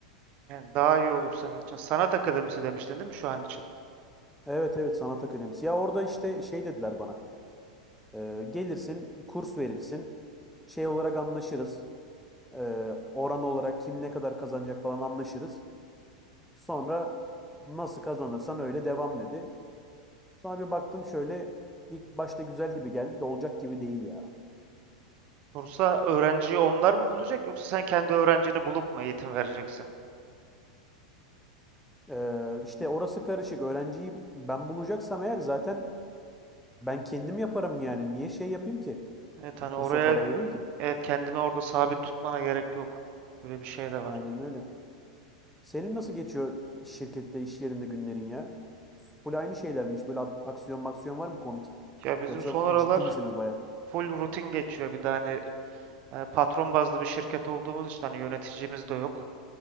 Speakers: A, on the right; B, in the centre.
A: Yani daha iyi olur senin için. Sanat akademisi demiştin değil mi şu an için?
B: Evet evet sanat akademisi. Ya orada işte şey dediler bana. Ee, gelirsin kurs verirsin. Şey olarak anlaşırız. Ee, oran olarak kim ne kadar kazanacak falan anlaşırız. Sonra Nasıl kazanırsan öyle devam dedi. Sonra bir baktım şöyle ilk başta güzel gibi geldi de olacak gibi değil ya.
A: Bursa öğrenciyi onlar mı bulacak yoksa sen kendi öğrencini bulup mu eğitim vereceksin?
B: Ee, işte orası karışık. Öğrenciyi ben bulacaksam eğer zaten ben kendim yaparım yani. Niye şey yapayım ki?
A: Evet hani
B: Kursa
A: oraya
B: para vereyim ki.
A: evet kendini orada sabit tutmana gerek yok. Böyle bir şey de var.
B: Aynen öyle. Senin nasıl geçiyor iş şirkette, iş yerinde günlerin ya? Full aynı şeyler mi? Hiç böyle at- aksiyon maksiyon var mı komik?
A: Ya bizim
B: Yoksa
A: son aralar
B: ciddi misiniz baya?
A: full rutin geçiyor. Bir de hani e, patron bazlı bir şirket olduğumuz için hani yöneticimiz de yok.